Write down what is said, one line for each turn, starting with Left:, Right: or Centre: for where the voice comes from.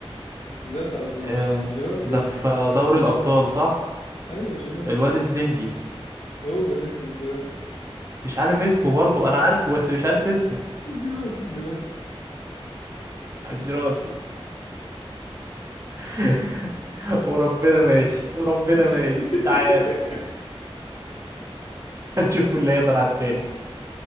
Left: ازاي ما تعرفوش
Right: آه،
Left: جيراس
Right: ده
Left: يا
Right: في دوري الأبطال صح؟
Left: ايوه جيراس
Right: الواد الزنجي
Left: هو الاسود ده
Right: مش عارف اسمه برضو أنا عارفه بس مش عارف اسمه
Left: جيراس جيراس
Right: عش راسي <laughs> وربنا ماشي وربنا
Left: <laughs>
Right: ماشي تعال <laughs> هنشوف مين اللي هيقدر على التاني